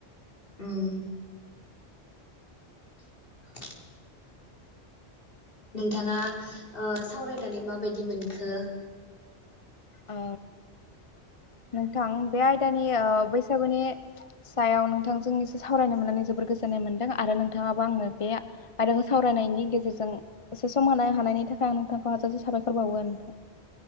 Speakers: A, on the left (about 50°); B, on the left (about 30°).
A: उम <unintelligible> नोंथाङा ओ सावरायनानै माबायदि मोनखो?
B: ओ नोंथां बे आयदानि ओ बैसागुनि सायाव नोंथांजों एसे सावरायनो मोननानै जोबोर गोजोननाय मोनदों आरो नोंथाङाबो आंनो बे आयदाखौ सावरायनायनि गेजेरजों एसे सम होनो हानायनि थाखाय आं नोंथांखौ हाजासे साबायखर बावो नोंथां।